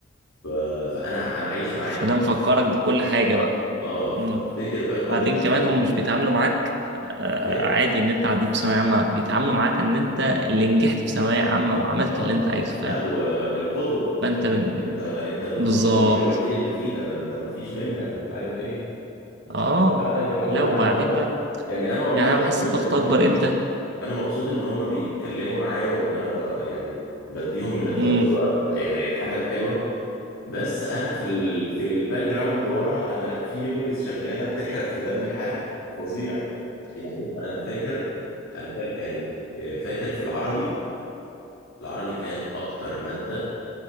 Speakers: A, on the left; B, on the right.
A: ف... فانا انا عايش معاهم
B: فده مفكرك
A: بقى فاهم
B: بكل حاجه بقى
A: اه
B: مم.
A: بفتكر بقى كل
B: وبعدين
A: الميموريز
B: كمان هم مش بيتعاملوا معاك آه،
A: ايه
B: عادي ان انت عديت في ثانويه عامه بيتعاملوا معاك ان انت اللي نجحت في ثانويه عامه وعملت
A: اه
B: اللي انت عايزه
A: لا
B: فاهم
A: والقدوه
B: فانت من
A: انت انت النظام
B: بالظبط
A: الجديد الوحيد اللي فينا ده انت ما فيش منك ومش عارف ايه
B: اه
A: بقى يقعدوا
B: لا
A: معانا
B: وبعدين
A: بقى
B: بقى
A: يعني انا والله
B: يعني
A: مبسوط
B: انا بحس بضغط
A: ان
B: اكبر
A: هم بي
B: امتى
A: انا مبسوط ان هم بيتكلموا معايا وان انا ب... يعني بديهم من التجربه
B: امم
A: الح- يعني الحاجه الحلوه بس انا في ال... في الباك جراوند ورا انا في ميموريز شغاله بتحرق في دمي حرق فظيع يعني بص انا فاكر انا فاكر يعني آه، فاكر في العربي العربي كان اكتر ماده